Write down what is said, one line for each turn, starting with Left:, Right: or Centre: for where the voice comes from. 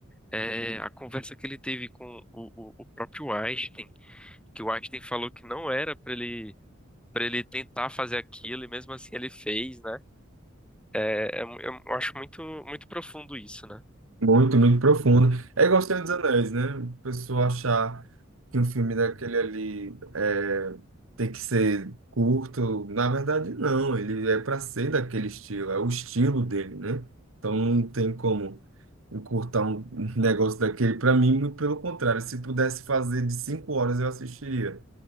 Centre: é, a conversa que ele teve com o, o, o próprio Einstein, que o Einstein falou que não era pra ele, para ele tentar fazer aquilo, e mesmo assim ele fez, né? É, é mu- eu acho muito, muito profundo isso, né?
Right: Muito, muito profundo. É igual Senhor dos Anéis, né? A pessoa achar que um filme daquele ali é, tem que ser curto. Na verdade, não. Ele é para ser daquele estilo, é o estilo dele, né? Então não tem como. encurtar um um negócio daquele. Para mim, muito pelo contrário, se pudesse fazer de cinco horas, eu assistiria.